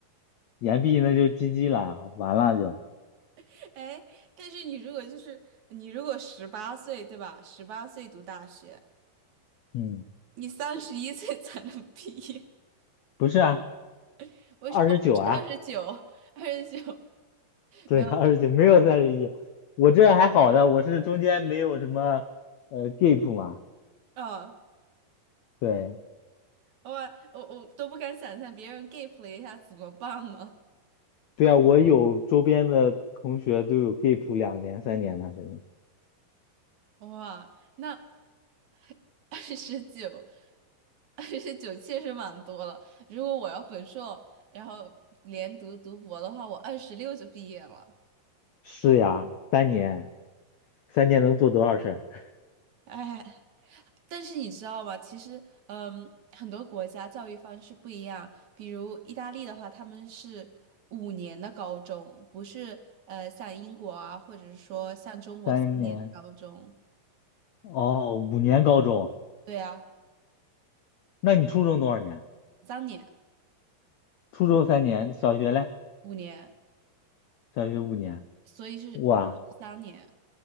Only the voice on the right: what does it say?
<laughs> 哎，但是你如果就是你如果十八岁，对吧？十八岁读大学，
你三十一岁才能毕业，
<laughs> 为什么？
哦，不是二十九，二十九
没有，
啊？
我我我都不敢想象别人 gap 了一下怎么办呢？
哇，那 <laughs> 二十九，二十九确实蛮多了。如果我要本硕，然后连读读博的话，我二十六就毕业了。
哎，但是你知道吗？其实，嗯，很多国家教育方式不一样。比如意大利的话，他们是五年的高中，不是呃像英国啊，或者是说像中国三年的高中。
对啊，
三年、
五年，
所以是十三年。